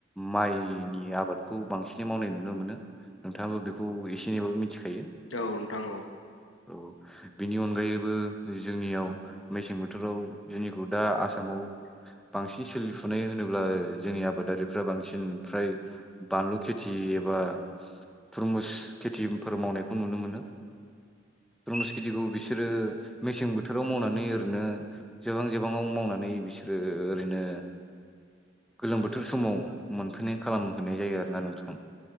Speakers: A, in the centre; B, on the left.
A: माइनि आबाद खौ बांसिनै मावनाय नुनो मोनो नोंथाङाबो बेखौ एसे एनैबाबो मिथिखायो।
B: औ नोंथां औ
A: औ बिनि अनगायैबो जोंनियाव मेसें बो बोथोराव जोंनिखौ दा आसामाव बांसिन सोलिफुनाय होनोब्ला जोंनि आबादारिफ्रा बांसिन फ्राय बानु खेथि एबा थरमुस खेथिफोर मावनायखौ नुनो मोनो। रंस्केतिखौ बिसोरो मेसें बोथोराव मावनानै ओरैनो गोबां जबाङाव मावनानै बिसोरो ओरैनो गोलोम बोथोर समाव मोनफैनाय खालामहोनाय जायो आरोना नोंथां।